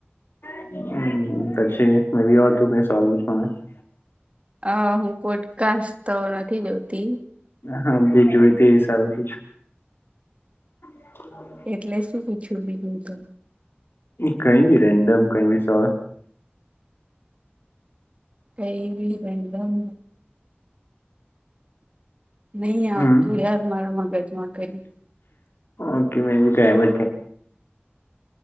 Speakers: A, on the left (about 65°); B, on the right (about 30°).
A: હમ <unintelligible>
B: અ હું પોડકાસ્ટ તો નથી જોતી
A: હા જે જોય તે સારું પ હા
B: એટલે શું પૂછ્યું બીજું તો
A: કઈ ભી રેન્ડમ કઈ ભી સ
B: કઈબી રેન્ડમ નહી આવતું
A: હમ
B: યાર મારા મગજમાં કઈ
A: ઓકે મેબી <unintelligible>